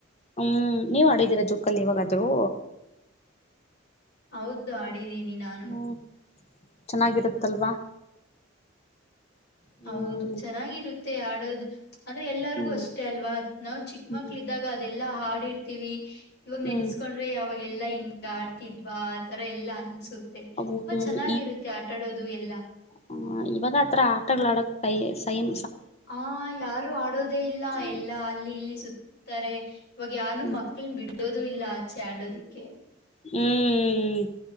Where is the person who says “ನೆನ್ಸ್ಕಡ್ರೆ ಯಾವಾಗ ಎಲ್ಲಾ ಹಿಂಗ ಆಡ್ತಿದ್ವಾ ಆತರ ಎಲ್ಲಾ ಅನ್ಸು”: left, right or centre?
Left